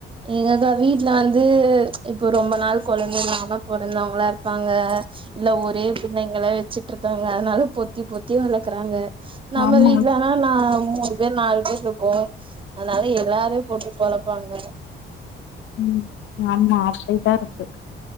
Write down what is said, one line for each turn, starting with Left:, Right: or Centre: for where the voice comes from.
Right: எங்கக்க வீட்ல வந்து ப்ச் இப்போ ரொம்ப நாள் கொழந்த இல்லாம பொறந்தவங்கள்ளா இருப்பாங்க இல்ல ஒரே பிள்ளைங்கள வெச்சிட்டு இருக்காங்க அதனால பொத்தி பொத்தி வள இருக்கறாங்க நம்ம
Left: ஆமா
Right: வீட்லனா நா மூணு பேர் நாலு பேர் இருக்கோ அதனால எல்லார் போட்டு பொலப்பாங்க
Left: உம் ஆமா ஆசைதா இருக்கு